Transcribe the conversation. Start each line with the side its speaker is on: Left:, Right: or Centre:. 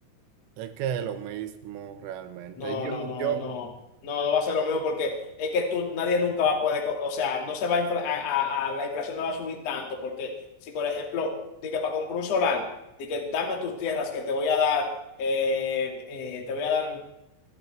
Right: Es que es lo mismo realmente.
Left: No,
Right: Yo,
Left: no, no,
Right: yo,
Left: no, no, no va a ser lo mismo porque es que tú, nadie nunca va a poder, co- o sea, no se va a, infla- a, a- a- la inflación no va a subir tanto porque si, por ejemplo, de que para comprar un solar, de que dame tus tierras que te voy a dar, eh, eh, te voy a dar